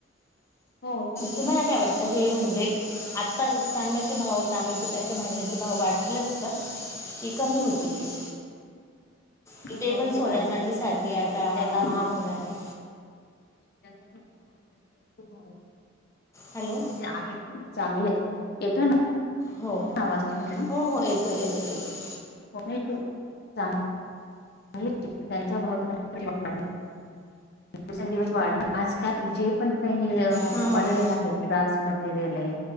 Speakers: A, on the left (about 55°); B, on the left (about 15°).
A: हो ते तर
B: तुम्हाला
A: आहे
B: काय वाटतं? तर हे म्हणजे आत्ता तांब्याचे भाव तांबेच त्याच्या भांडण्याचें भाव वाढतीलच का की कमी होतील ते? की ते
A: भाव
B: पण
A: तर
B: सोन्या
A: वाढणारच
B: चांदी सारखे
A: आहे कारण
B: आता
A: की त्याला
B: महाग होणार आहे.
A: त्या <unintelligible>
B: हॅलो.
A: ते आहे चांगले आहेत येतो ना.
B: हो
A: आवाज तुम्हाला
B: हो हो येतोय येतोय येतोय.
A: <unintelligible> चांग <unintelligible> त्यांचा भाव चार पट वाढेल. दिवसेंदिवस वाढण आजकाल जे पण काही <unintelligible> आहेत.
B: हां हां हां
A: ब्रास मटेरियल आहे